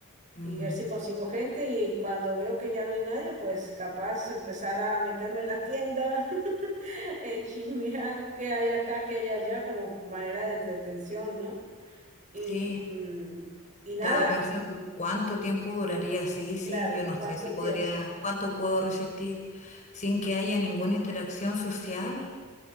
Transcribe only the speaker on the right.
y ver si consigo gente y cuando veo que ya no hay nadie, pues capaz empezar a meterme en la tienda, <laughs> eh, chismear qué hay acá, qué hay allá, como manera de entretención, ¿no? Y,
mm, y
nada,
claro,
¿cuánto
tiempo?